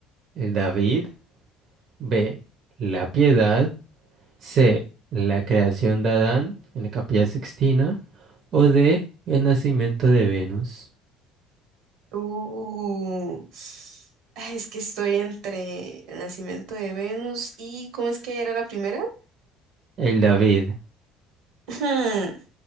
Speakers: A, on the right (about 50°); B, on the right (about 75°).
A: El David. B. La Piedad. C. La creación de Adán en la Capilla Sixtina. O D. El nacimiento de Venus.
B: Uh. ay, es que estoy entre el nacimiento de Venus y ¿cómo es que era la primera? <laughs>
A: El David.
B: Hmm,